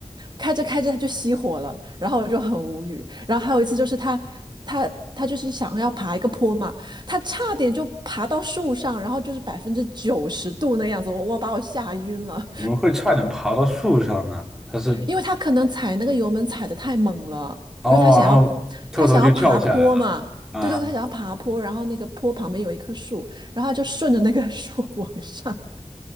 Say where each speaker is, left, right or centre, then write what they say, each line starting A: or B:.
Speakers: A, on the right; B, in the centre.
A: 开着开着他就熄火了，然后我就很无语。然后还有一次就是他他他就是想要爬一个坡嘛，他差点就爬到树上，然后就是百分之九十度那样子，我我把我吓晕了。
B: 怎么 <laughs> 会差点爬到树上呢。它是
A: 因为他可能踩那个油门踩得太猛了，
B: 哦，
A: 因为他想要他想要爬坡嘛，
B: 然后特头就跳起来了啊。
A: 对对对，他想要爬坡，然后那个坡旁边有一棵树，然后他就顺着那个树 <laughs> 往上，